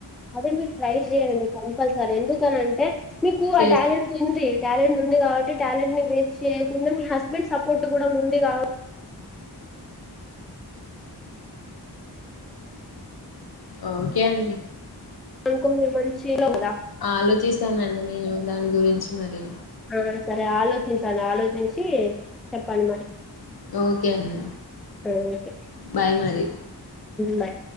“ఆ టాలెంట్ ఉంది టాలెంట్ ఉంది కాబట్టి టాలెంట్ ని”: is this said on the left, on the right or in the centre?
Centre